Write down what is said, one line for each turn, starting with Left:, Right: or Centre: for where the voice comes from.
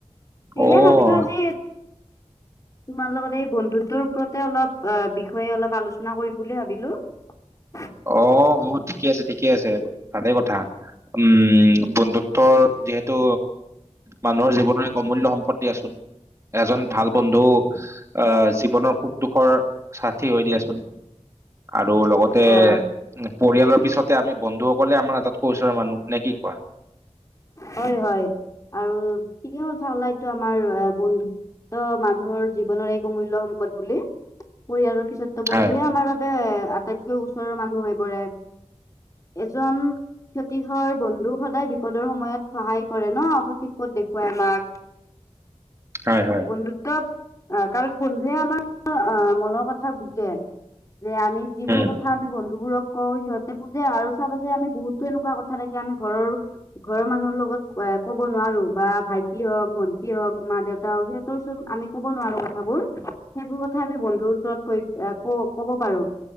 Left: সেয়ে
Right: অ',
Left: ভাবিলো আজি তোমাৰ লগত এই বন্ধুত্বৰ ওপৰতে অলপ আ বিষয়ে অলপ আলোচনা কৰিম বুলি ভাবিলোঁ। <unintelligible>
Right: অঁ, মোৰ ঠিকে আছে, ঠিকে আছে ভালেই কথা। উম, বন্ধুত্বৰ যিহেতু মানুহৰ জীৱনৰ এক অমূল্য সম্পদ। দিয়াচোন। এজন ভাল বন্ধু আহ জীৱনৰ সুখ দুখৰ সাঠি হৈ দিয়াচোন। আৰু লগ তে
Left: অ
Right: পৰিয়ালৰ পিছতে আমি বন্ধুসকলে আমাৰ আটাইতকৈ ওচৰৰ মানুহ। নে কি কোৱা?
Left: হয় হয় আৰু ঠিকে কথা ওলাইটো আমাৰ বন্ধু অ মানুহৰ জীৱনৰ এক অমূল্য সম্পদ বুলি। ‌কৈ আৰু পিছত ত বন্ধুৱে
Right: হয়
Left: আমাৰ বাবে আটাইতকৈ ওচৰৰ মানুহ হৈ পৰে। এজন ক্ষতিসৰ বন্ধু সদায় বিপদৰ সময়ত সহায় কৰে ন, সঠিক পথ দেখুৱাই আমাক।
Right: হয় হয়।
Left: বন্ধুত্ব আহ কাৰণ বন্ধুৱে আমা আহ মনৰ কথা বুজে। যে আমি যিবোৰ
Right: উম
Left: ক কথা আমি বন্ধুবোৰক কওঁ সিহঁতে বুজে আৰু চাবা যে আমি বহুতো এনেকুৱা কথা থাকে আমি ঘৰৰ ঘৰৰ মানুহ লগত এ ক'ব নোৱাৰো বা ভাইটি হওক ভন্টি হওক মা দেউতা হওক। সিহঁতৰ ওচৰত আমি ক'ব নোৱাৰো কথাবোৰ। সেইবোৰ কথা আমি বন্ধুৰ ওচৰত কৈ ক ক'ব পাৰো।